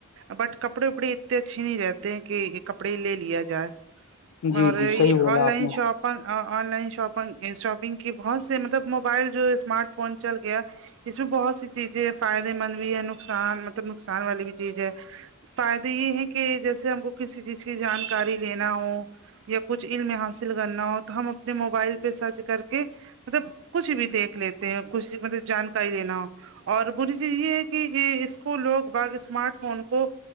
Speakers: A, on the right; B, on the left.
A: بٹ کپڑے وپڑے اتنے اچھے نہیں رہتے ہیں کہ کپڑے لے لیا جائے
B: جی
A: اور یہ
B: جی صحیح بولا
A: آن لائن
B: آپ نے
A: شاپ آن لائن شاپن شاپنگ کی بہت سے مطلب موبائل جو اسمارٹ فون چل گیا اس میں بہت سی چیزیں فائدے مند بھی ہے نقصان مطلب نقصان والی بھی چیز ہے فائدے یہ ہیں کہ جیسے ہم کو کسی چیز کی جانکاری لینا ہو یا کچھ علم حاصل کرنا ہو تو ہم اپنے موبائل پہ سرچ کر کے مطلب کچھ بھی دیکھ لیتے ہیں کچھ بھی مطلب جانکاری لینا ہو اور بری چیز یہ ہے کہ کو لوگ با اسمارٹ فون کو